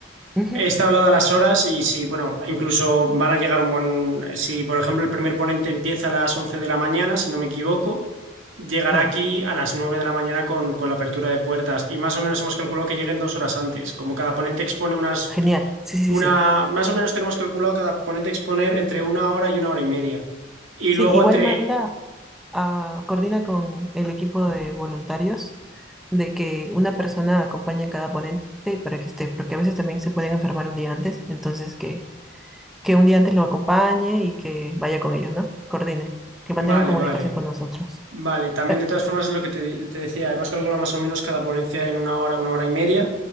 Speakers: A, in the centre; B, on the right.
A: ujú,
B: Está hablado a las horas y si, bueno, incluso van a llegar un buen, si por ejemplo el primer ponente empieza a las 11 de la mañana, si no me equivoco, llegará
A: claro,
B: aquí a las 9 de la mañana con, con la apertura de puertas y más o menos hemos calculado que lleguen dos horas antes. Como cada ponente expone unas
A: genial, sí, sí,
B: una,
A: sí, sí.
B: más o menos tenemos calculado cada ponente exponer entre una hora y una hora y media. Y
A: Sí,
B: luego
A: igual
B: entre,
A: manda ah, coordina con el equipo de voluntarios de que una persona acompañe a cada ponente para que esté, porque a veces también se pueden enfermar un día antes, entonces que, que un día antes lo acompañe y que vaya con ellos, ¿no? Coordine, que mantengan
B: vale,
A: comunicación
B: vale,
A: con nosotros.
B: vale. También
A: Eh,
B: de todas formas es lo que te, te decía, hemos calculado más o menos cada ponencia en una hora, una hora y media.